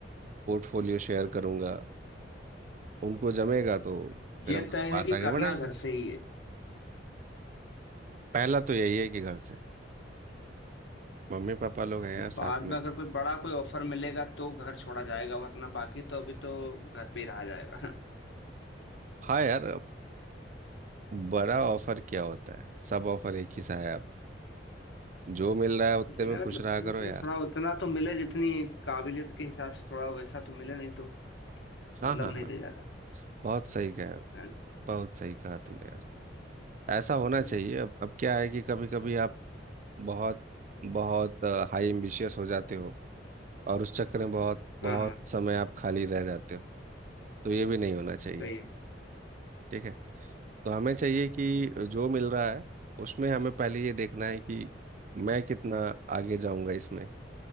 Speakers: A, on the right; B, on the left.
A: पोर्टफोलियो शेयर करूंगा उनको जमेगा तो फिर
B: ये
A: हम लोग
B: तय
A: बात
B: है कि
A: आगे
B: करना
A: बढ़ाएंगे
B: घर से ही है
A: पहला तो यही है कि घर से मम्मी पापा लोग हैं यार साथ
B: बाद
A: में
B: में अगर कोई बड़ा कोई ऑफर मिलेगा तो घर छोड़ा जाएगा वरना बाकी तो अभी तो घर पे ही रहा जाएगा <laughs>
A: हाँ यार अब बड़ा ऑफर क्या होता है सब ऑफर एक ही सा है अब जो मिल रहा है उतने
B: नहीं,
A: में
B: मतलब
A: खुश रहा
B: फिर
A: करो
B: भी
A: यार
B: थोड़ा उतना तो मिले जितनी काबिलियत के हिसाब से थोड़ा वैसा तो मिले नहीं तो
A: हाँ
B: मतलब
A: हाँ
B: नहीं
A: हाँ
B: रह जाता
A: बहुत सही कहा
B: है ना?
A: बहुत सही कहा तुमने यार। ऐसा होना
B: हम्म,
A: चाहिए अब अब क्या है कि कभी कभी आप बहुत बहुत हाई एम्बिशियस हो जाते हो और उस चक्कर में बहुत बहुत
B: हाँ हाँ
A: समय आप खाली रह जाते हो तो ये भी नहीं होना चाहिए
B: सही है
A: ठीक है तो हमें चाहिए कि जो मिल रहा है उसमें हमें पहले ये देखना है कि मैं कितना आगे जाऊंगा इसमें